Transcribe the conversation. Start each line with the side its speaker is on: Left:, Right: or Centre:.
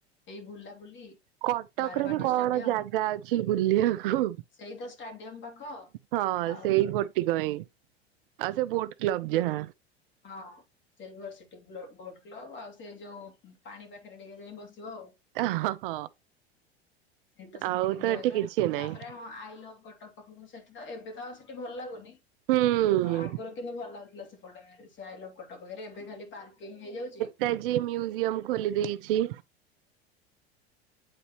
Left: ଏଇ ବୁଲାବୁଲି।
Right: କଟକରେ
Left: ବାରବାଟୀ
Right: ବି କଣ
Left: ଷ୍ଟାଡିୟମ
Right: ଜାଗା ଅଛି ବୁଲିବାକୁ?
Left: ସେଇ ତ ଷ୍ଟାଡିୟମ ପାଖ
Right: ହଁ
Left: ଆଉ
Right: ସେଇ ଗୋଟିକ ହିଁ ଆଉ ସେ ବୋଟ କ୍ଲବ ଯାହା।
Left: ହଁ ସିଲ୍ ଭର ସିଟି ବ୍ଲୋ ବୋଟ୍ କ୍ଲବ ଆଉ ସେ ଯୋ ପାଣି ପାଖରେ ଟିକେ ଯାଇ ବସିବ ଆଉ।
Right: ହଁ ହଁ
Left: ସେ ତ ସେତିକି
Right: ଆଉ
Left: ର
Right: ତ
Left: ଜାଗା
Right: ଏଠି କିଛି ନାହିଁ
Left: ତାପରେ ଆମ ଆଇଲଭ କଟକ। ପାଖକୁ ସେଠି ତ ଏବେ ତ ଆଉ ସେଠି ଭଲ ଲାଗୁନି
Right: ହୁଁ।
Left: ଆଗରୁ କିନ୍ତୁ ଭଲ ଲାଗୁଥିଲା ସେପଟେ। ସେ ଆଇ ଲଭ କଟକ ପାଖରେ ଏବେ ଖାଲି ପାର୍କିଂ ହେଇଯାଉଚି।
Right: ତାଜି ମ୍ୟୁଜିୟମ୍ ଖୋଲି ଦେଇଛି।